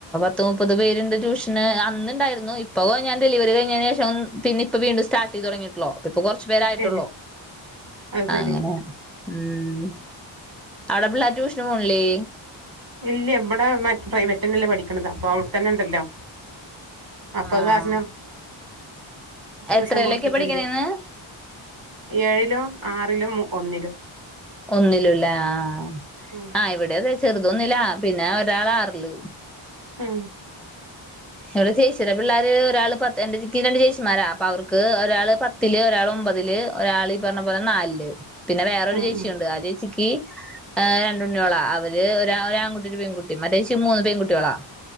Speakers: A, in the centre; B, on the right.
A: പത്ത് മൂപ്പത് പേരിണ്ട് ട്യൂഷൻ അ അന്ന് ഉണ്ടാർന്നു ഇപ്പ ഓ ഞാൻ ഡെലിവറി കഴിഞ്ഞതിനു ശേഷം പിന്നെ ഇപ്പ വീണ്ടും സ്റ്റാർട്ട് ചെയ്തിട്ടുള്ളൂ ഇപ്പൊ കുറച്ചു പേരായിട്ടുള്ള
B: ഏ അത് ശരി
A: അങ്ങനെ ഉം അവിടെ പിള്ളേ ട്യൂഷന് പോണ്ല്ലേ
B: ഇല്ല ഇവിടെ മറ്റ പ്രൈവറ്റ് തന്നെല്ലേ പഠിക്കണത് അപ്പൊ അവിടെ തന്നെ ഉണ്ടല്ലോ അപ്പൊ
A: ആഹ്
B: കാരണോ? ട്യൂഷൻ
A: എത്രയിലൊക്കെ
B: കൊടുത്തിട്ടില്ല.
A: പഠിക്കണേന്ന്
B: ഏഴിലും ആറിലും, ഒന്നിലും
A: ഒന്നിലൂല്ലെ, ആഹ്
B: ഉം
A: ആ ഇവിടെതെ ചെ റ്തൊന്നില്ല, പിന്നെ ഒരാളാറില്.
B: ഹ്മ്മ്
A: ഇവിടെ ചേച്ചിരാ പിള്ളാര് ഒരാള് പത്ത് എനിക്ക് രണ്ട് ചേച്ചിമാരാ, അപ്പൊ അവർക്ക് ഒരാള് പത്തില്ല്, ഒരാള് ഒമ്പതില്, ഒരാള് ഈ പറഞ്ഞ പോലെ നാലില്. പിന്നെ വേറൊരു
B: ഉം
A: ചേച്ചിയുണ്ട്
B: ഉം
A: ആ ചേച്ചിക്ക് ആഹ് രണ്ടുണ്ണേളാ അവര് ഒ ഒരാൻകുട്ടി ഒരു പെൺകുട്ടി. <unintelligible> മൂന്ന് പെൺകുട്ടികളാ